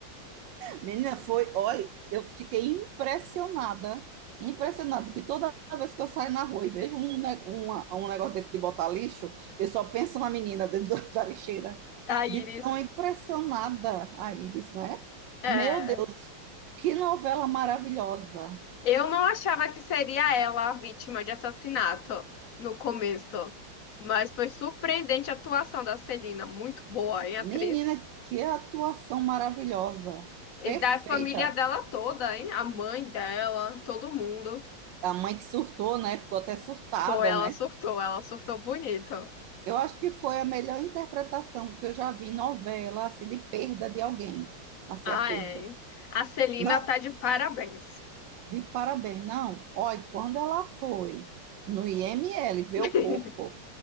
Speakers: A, on the right; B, on the left.
A: Menina, foi, olha, eu fiquei impressionada, impressionada, que toda vez que eu saio na rua e vejo um, ne- uma- um negócio desse de botar lixo, eu só penso na menina dentro <laughs> da lixeira,
B: <laughs> A Iris.
A: de tão impressionada a Iris, né?
B: É.
A: Meu Deus, que novela maravilhosa.
B: Eu não achava que seria ela a vítima de assassinato no começo, mas foi surpreendente a atuação da Celina, muito boa, hein, atriz?
A: Menina, que atuação maravilhosa,
B: E
A: perfeita.
B: da família dela toda, hein? A mãe dela, todo mundo.
A: A mãe que surtou, né? Ficou até surtada,
B: Pô, ela
A: né?
B: surtou, ela surtou bonito.
A: Eu acho que foi a melhor interpretação que eu já vi em novela, assim, de perda de alguém. Assim,
B: Ah,
A: a perda.
B: é. hein? A Celina
A: Não,
B: tá de parabéns.
A: de parabéns, não. Olha, quando ela foi no IML ver
B: <laughs>
A: o corpo,